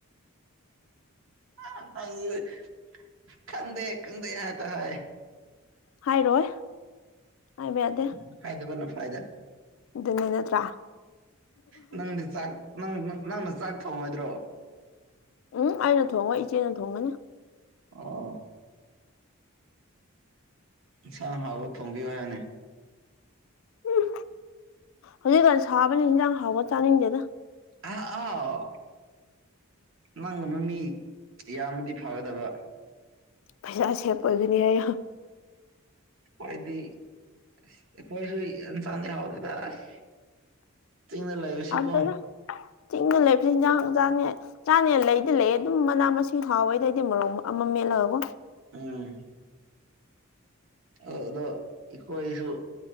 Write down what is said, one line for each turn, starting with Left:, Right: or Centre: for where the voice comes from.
Right: <unintelligible> ꯈꯪꯗꯦ ꯈꯪꯗꯦ ꯉꯥꯛꯇ ꯍꯥꯏ
Left: ꯍꯥꯏꯔꯣꯏ ꯍꯥꯏꯕ ꯌꯥꯗꯦ
Right: ꯎꯝ ꯍꯥꯏꯗꯕꯅ ꯐꯥꯏꯗ
Left: ꯑꯗꯨꯅꯦ ꯅꯠꯇ꯭ꯔꯥ
Right: ꯅꯪꯗꯤ ꯆꯥꯛ ꯅꯪꯅ ꯆꯥꯛ ꯊꯣꯡꯉꯣꯏꯗ꯭ꯔꯣ
Left: ꯎꯝ ꯑꯩꯅ ꯊꯣꯡꯉꯣꯏ ꯏꯆꯦꯅ ꯊꯣꯡꯒꯅꯤ
Right: ꯑꯣ ꯏꯟꯁꯥꯡ ꯍꯥꯎꯕ ꯊꯣꯡꯕꯤꯌꯣ ꯍꯥꯏꯌꯨꯅꯦ
Left: ꯎꯝ ꯍꯧꯖꯤꯛꯀꯥꯟ ꯁꯥꯕꯅꯤ ꯏꯟꯖꯥꯡ ꯍꯥꯎꯕ ꯆꯥꯅꯤꯡꯗꯦꯗ
Right: ꯑ ꯑꯥꯎ ꯅꯪꯒꯅ ꯃꯤ ꯌꯥꯝꯃꯗꯤ ꯐꯒꯗꯕ
Left: ꯄꯩꯁꯥ ꯁꯦꯞ ꯑꯣꯏꯒꯅꯤ ꯍꯥꯏ
Right: ꯈꯣꯏꯗꯤ ꯑꯁ ꯑꯩꯈꯣꯏꯁꯨ ꯌꯦꯟꯁꯥꯡꯗꯤ ꯍꯥꯎꯗꯦꯗ ꯑꯁ ꯆꯤꯡꯗ ꯂꯩꯕꯁꯤꯀꯣ
Left: ꯍꯥꯎꯇꯦꯗ ꯆꯤꯡꯗ ꯂꯩꯕꯁꯦ ꯏꯟꯖꯥꯡ ꯆꯥꯅꯤ ꯆꯥꯅꯦ ꯂꯩꯗꯤ ꯂꯩꯑꯦ ꯑꯗꯨꯝ ꯃꯅꯥ ꯃꯁꯤꯡ ꯍꯥꯎꯋꯦꯗ ꯑꯪꯗꯤ ꯃꯣꯔꯣꯛ ꯑꯃ ꯃꯦꯠꯂꯒꯀꯣ
Right: ꯎꯝ ꯑ ꯑꯗꯣ ꯏꯈꯣꯏꯁꯨ